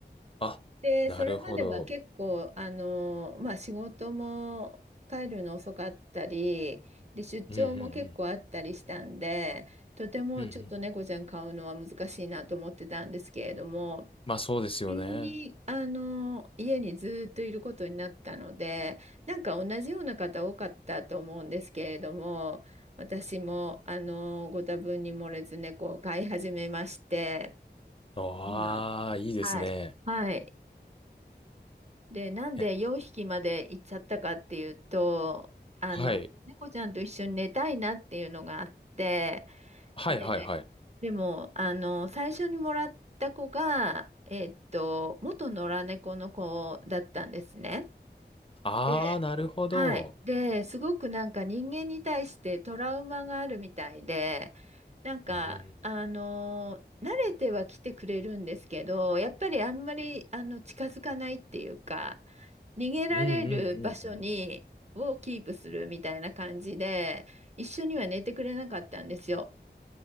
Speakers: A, on the left; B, on the right.
A: あ、
B: で、
A: なるほど。
B: それまでは結構、あの、まあ、仕事も帰るの遅かったり、で、出張も結構あったりしたんで、
A: うんうん
B: とてもちょっと猫ちゃん飼うのは難しいなと思ってたんですけれども、
A: うん。うんうん。まあそうですよね。
B: 急に、あの、家にずっといることになったので、なんか同じような方多かったと思うんですけれども、私も、あの、ご多分に漏れず猫を飼い始めまして、
A: ああ、
B: 今、
A: いいですね。
B: はい。はい。で、なんで4匹まで行っちゃったかっていうと、
A: え、
B: あの、
A: はい。
B: 猫ちゃんと一緒に寝たいなっていうのがあって、
A: はいはいはい。
B: ででも、あの、最初にもらった子が、えっと、元野良猫の子だったんですね。
A: ああ、
B: で、
A: なるほど。
B: はい。で、すごくなんか人間に対してトラウマがあるみたいで、なんか、
A: うん。
B: あの、慣れては来てくれるんですけど、やっぱりあんまり、あの、近づかないっていうか、逃げられる場所に、
A: うんうんうんうん。
B: をキープするみたいな感じで、一緒には寝てくれなかったんですよ。